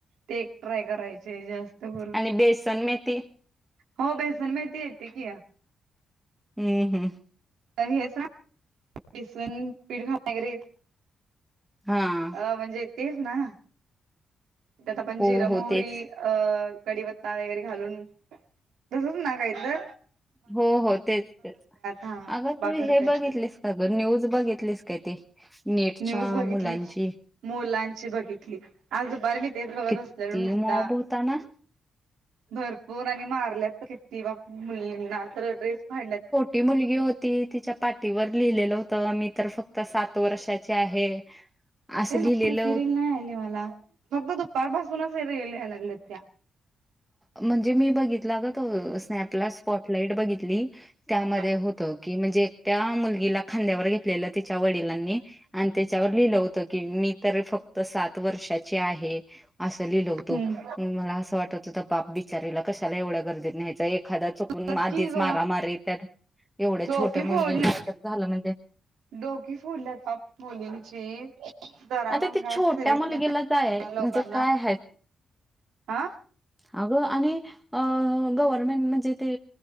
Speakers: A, on the right; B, in the centre.
A: ते एक ट्राय करायचे जास्त करून.
B: आणि बेसन मेथी
A: हो बेसनमेथी येते की या.
B: हूं हूं!
A: तर हेच ना <unintelligible> बेसन पिठ <unintelligible> वगैरे.
B: हा!
A: म्हणजे तेच ना? त्यात आपण
B: हो
A: जिरमोहरी.
B: हो तेच
A: अ कडीपत्ता वगैरे घालून तसच ना काहीतर
B: हो हो तेच तेच
A: हा पप्पा
B: अग तू
A: करत्यात
B: हे बघितलीस आग न्यूज बघितलीस काय ते नेटच्या
A: न्यूज बघितली
B: मुलांची
A: की मुलांची बघितली आज दुपारी मी तेच बघत
B: किती
A: बसल्यालो नुसता
B: मॉब होता ना
A: भरपूर आणि मारल्यात किती बाघ मुलींना तर ड्रेस फाडल्यात
B: ती मुलगी होती तिच्या पाठीवर लिहिलेलं होतं मी तर फक्त सात वर्षाची आहे. <inaudible>
A: ती नाही
B: लिहिलेलं
A: ती रील नाही आली मला फक्त दुपारपासूनच रील या लागल्यात त्या
B: म्हणजे मी बघितला अग तो स्नॅपला स्पॉटलाईट बघितली त्यामध्ये
A: हा हम्म
B: होत की म्हणजे त्या मुलगीला खांद्यावर घेतलेलं तिच्या वडिलांनी आणि त्याच्यावर लिहिलं होत त की मी तर फक्त सात वर्षाची आहे अस लिलवतो
A: हम्म.
B: मला असं वाटत होत बाप बिचारीला कशाला एवढ्या गर्दीत न्यायचा एखादा चुक पण
A: खरंच
B: आधीच
A: की ग
B: मारामारी त्यात एवढ्या
A: डोकी
B: छोट्या
A: फोडल्या
B: मुलगीला काहीतर झालं म्हणजे
A: डोकी फोडल्यात पाप मुलींची जरा
B: आता
A: पण
B: ते
A: काय
B: छोट्या
A: सिरियसनेस
B: मुलगीला
A: नादी
B: जाय
A: लोकांना.
B: म्हणजे काय
A: आ
B: आगं आणि अ गव्हर्मेंट म्हणजे ते